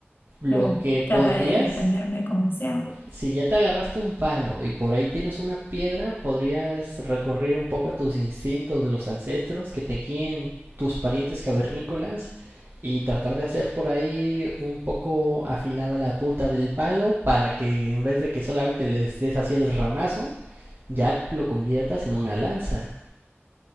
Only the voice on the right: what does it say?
Lo
que podrías,
si ya te agarraste un palo y por ahí tienes una piedra, podrías recurrir un poco a tus instintos de los ancestros que te guíen tus parientes cavernícolas y tratar de hacer por ahí un poco afilada la punta del palo para que en vez de que solamente les des así el ramazo, ya lo conviertas en una lanza.